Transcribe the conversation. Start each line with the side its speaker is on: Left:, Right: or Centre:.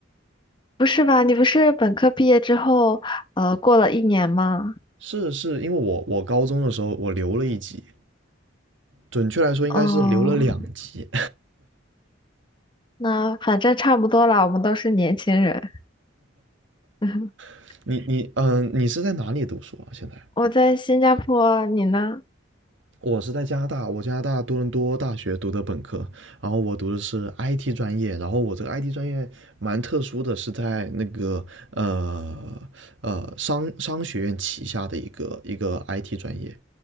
Left: 不是吧？你不是本科毕业之后，呃，过了一年吗？
Right: 是是，因为我我高中的时候我留了一级，准确来说应该是留了两级。
Left: 哦。那反正差不多了，我们都是年轻人。<laughs>
Right: <laughs> 你你嗯、呃你是在哪里读书啊？现在
Left: 我在新加坡，你呢？
Right: 我是在加拿大，我加拿大多伦多大学读的本科，然后我读的是 IT 专业，然后我这个 IT 专业蛮特殊的，是在那个呃呃商商学院旗下的一个一个 IT 专业，